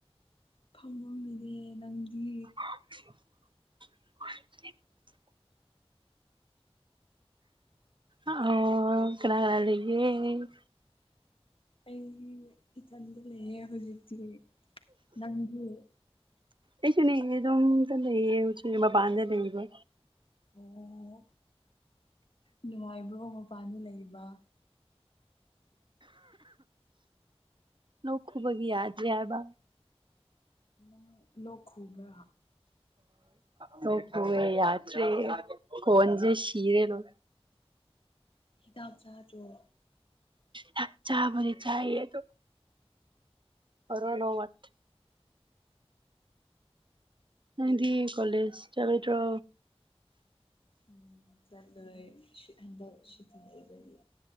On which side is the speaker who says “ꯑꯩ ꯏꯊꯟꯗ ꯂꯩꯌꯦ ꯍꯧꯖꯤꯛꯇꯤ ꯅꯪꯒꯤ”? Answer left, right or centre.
Left